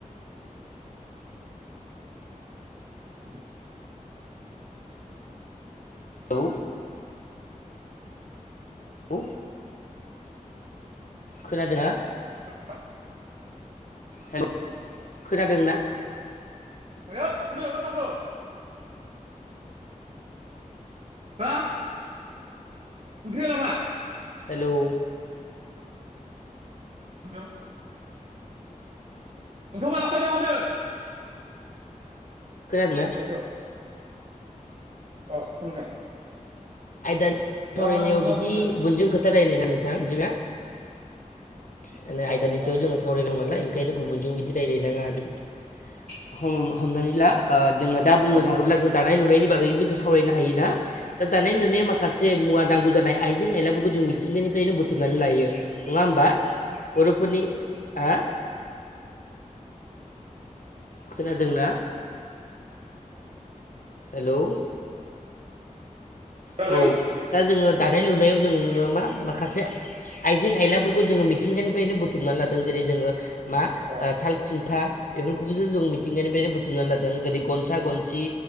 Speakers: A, on the right (about 50°); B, on the left (about 75°).
A: उ
B: औ औ खोनादोना
A: <unintelligible>
B: हेलौ खोनादों ना
A: ओइ ओइ थुदो मा जाखो हा ओंख्रिया लाबा
B: हेलौ
A: हेलौ ओंखामा लांफायो नामा होनदों
B: खोनादोंना
A: <unintelligible> अ खोनादों?
B: आयदानि
A: दा
B: सावरायनायाव
A: नोंथाङा
B: बिदि
A: बुंदो
B: बुनजों खोथा रायलायना नोंथाङा बिदिबा माने आयदानि
A: अ जागोन दे
B: सायाव जोङो सावरायदों नालाय ओंखायनो गुबुनजों बिदि रायज्लायनाङा आरोखि।
A: <inaudible>
B: हम-हमनानै ला जोङो दा बुंनो
A: अ उम अ
B: थाङोब्ला जों दानाय लुनायनि बागैबो जों सावरायनो हायो ना? दा दानाय लुनाय माखासे मुवा नांगौ जानाय आइजें आयलाफोरखौ जों मिथिंगानिफ्रायनो बोथोर बुथुमनानै लायो नङा होमबा बर'फोरनि आ खोनादोंना? हेलौ?
A: खोनादों
B: औ दा जोङो दानाय लुनायाव जोङो मा माखासे आइजें आयलाफोरखौ जोङो मिथिंगानिफ्रायनो बुथुमनानै लादों जेरै जोङो मा
A: खोनादों अ
B: साल खुन्था बेफोरखौबो जो जों मिथिंगानिफ्रायनो बुथुमना लादों जेरै ग खथा गनसि